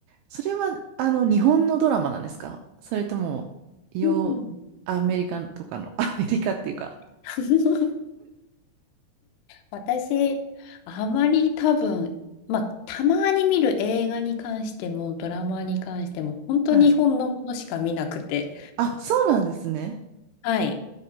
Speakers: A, on the right; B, on the left.
A: それは、あの、日本のドラマなんですかそれとも、よアメリカとかの、
B: うん。
A: <laughs> アメリカっていうか、
B: <laughs> 私、あまり多分、まあ、たまに見る映画に関しても、ドラマに関しても、本当に日本のものしか見なくて。
A: はい。あ、そうなんですね。
B: はい。